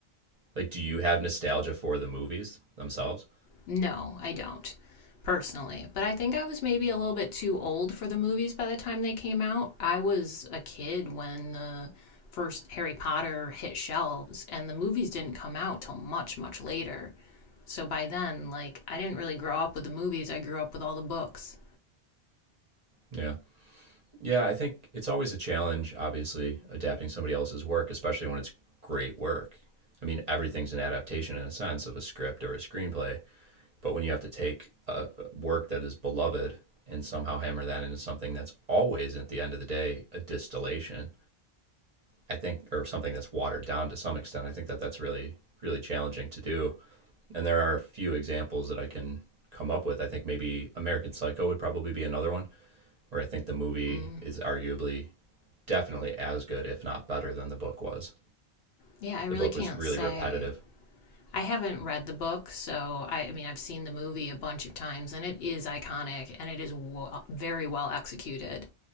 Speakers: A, on the right; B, on the left.
A: Like, do you have nostalgia for the movies themselves?
B: No, I don't, personally. But I think I was maybe a little bit too old for the movies by the time they came out. I was a kid when the first Harry Potter hit shelves, and the movies didn't come out till much, much later. So by then, like, I didn't really grow up with the movies, I grew up with all the books.
A: Yeah. Yeah, I think it's always a challenge, obviously, adapting somebody else's work, especially when it's great work. I mean, everything's an adaptation in a sense of a script or a screenplay, but when you have to take a work that is beloved and somehow hammer that into something that's always, at the end of the day, a distillation, I think, or something that's watered down to some extent, I think that that's really, really challenging to do. And there are a few examples that I can come up with. I think maybe American Psycho would probably be another one, where I think the movie
B: Mm,
A: is arguably definitely as good, if not better, than the book was.
B: yeah, I really
A: The book
B: can't
A: was really
B: say.
A: repetitive,
B: I haven't read the book, so I, I mean, I've seen the movie a bunch of times, and it is iconic and it is w- very well executed.